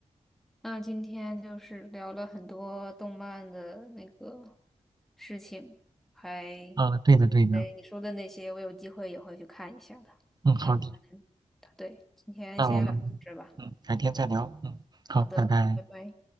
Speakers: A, in the centre; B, on the right (about 35°).
A: 那今天就是聊了很多动漫的那个事情，还，
B: 啊，对的对的，
A: 对，你说的那些，我有机会也会去看一下的。
B: 嗯，好的，
A: 那我们，对，今天先聊到这吧。
B: 那我们嗯改天再聊。嗯，好，
A: 好的，
B: 拜拜。
A: 拜拜。